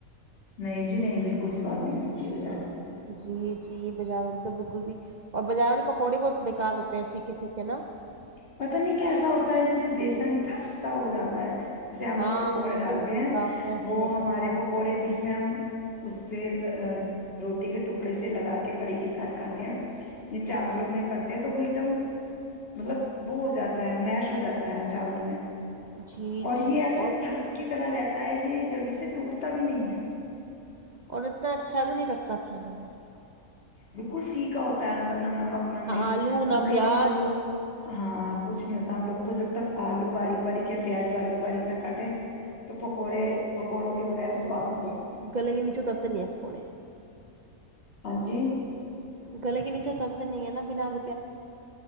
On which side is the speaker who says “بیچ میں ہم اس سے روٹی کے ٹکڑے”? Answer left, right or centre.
Left